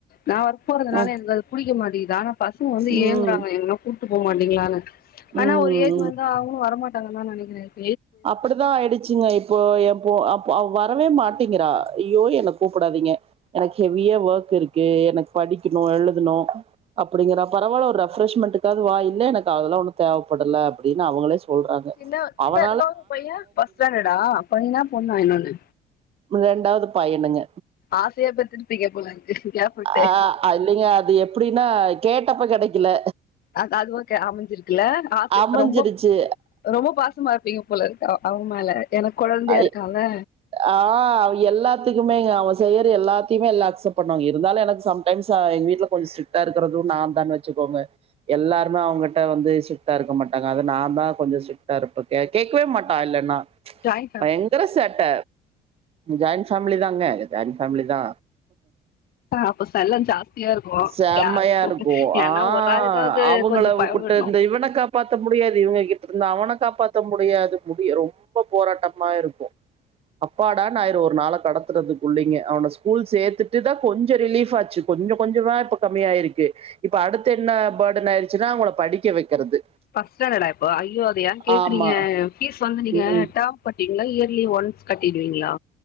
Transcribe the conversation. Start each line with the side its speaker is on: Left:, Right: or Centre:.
Left: நா ஒர்க் போறதுனால
Right: அ,
Left: எனக்கு அது புடிக்க மாட்டேகுது ஆனா பசங்க வந்து
Right: ம்
Left: ஏங்குறாங்க எங்கனா போ மாட்டீங்களானு ஆனா
Right: ம்
Left: ஒரு ஏஜ் வந்தா அவங்களு வரமாட் டங்கனுதா நெனக்கிறே
Right: அப்டித்தா ஆயிடுச்சுங்க இப் இப்போ என் பொ வரவே மாட்டேங்கிரா ஐயோ என்ன கூப்படாதீங்க எனக்கு ஹெவியா வோர்க் இருக்கு எனக்கு படிக்கணு எழுதணு அப்டிங்கறா பரவால்ல ஒரு ரெஃப்ரெஷ்மெண்ட்டக்காவது வா இல்ல எனக்கு அதெல்லா ஒன்னு தேவப்படல அப்டின்னு அவங்களே சொ சொல்றாங்க
Left: சின்ன சின்ன
Right: அவன்
Left: இன்னொரு பையே ஃபர்ஸ்ட் ஸ்டாண்டர்டா பையனா பொண்ணா இன்னொன்னு
Right: ரெண்டாவது பையனுங்க
Left: ஆசையா பெ த்துரிப்பீங்க போல இருக்கு கேப் விட்டு
Right: அஹ் அது இல்லிங்க அது எப்டின்னா கேட்டப்ப கெடைக் இல்ல
Left: அ அது ஓகே அமஞ்சிருக்குல ஆச
Right: அமைஞ்சிருச்சு
Left: ரொம்ப ரொம்ப பாசமா இருப்பீங்க போலருக்கு அவுங்க மேல எனக்கு கொழந்தையா
Right: அ
Left: இருக்கால
Right: ஆஹ் எல்லாத்துக்கு குமே அவன் செய்யற எல்லாத்தையுமே எல்லா அக்செப்ட் பண்ணுவாங்க இருந்தாலு எனக்கு சம்டைம்ஸ் எங்க வீட்ல கொஞ்சோ ஸ்டரிக்டா இருக்கிறது நா தா வெச்சுக்கோங்க எல்லாருமே அவ கிட்ட வந்து ஸ்ரிக்டா இருக்க மாட்டாங்க அது நா தா கொஞ்சோ ஸ்டரிக்டா இருப்ப கே கேக்கவே மாட்டா இல்லன்னா
Left: ஜாயின் ஃபேமிலில
Right: பயங்கர சேட்ட ஜாயிண்ட் ஃபேமிலி தாங்க ஜாயிண்ட் ஃபேமிலி தா
Left: அப்ப செல்ல ஜாஸ்தியா இருக்கு
Right: செம்மையாருக்கு
Left: யார் ஏன்னா
Right: ஆஹ்
Left: ஒரு ஆளுக்காவது
Right: அவங்களக்குப்புட்டுருந்து
Left: கொஞ்சோ பயவிடணு
Right: இவன காப்பாத்த முடியாது இவ் இவுங்க அவன காப்பாத்த முடியாது முடியு ரொம்ப போராட்டம் மாருக்கு அப்பாடானாயிரு ஒரு நாள கடத்துறதுகுள்ளிங்க அவன ஸ்கூல் சேத்துட்டு தா கொஞ்சோ ரிலீஃபாச்சு கொஞ்சோ கொஞ்சமா இப்ப கம்மியாயிருக்கு இப்ப அடுத்த என்ன பர்டன் ஆய்டுச்சுன்னா அவுங்கள படிக்க வெக்கறது
Left: பஸ்ட் ஸ்டாண்டர்டா இப்போ அயோ அத ஏன் கேக்குறீங்
Right: ஆமா.
Left: பீஸ் வந்து நீங்க
Right: ம்.
Left: டேர்ம் கட்டி இல்ல இயர்லி ஒன்ஸ் கட்டிடுவீங்களா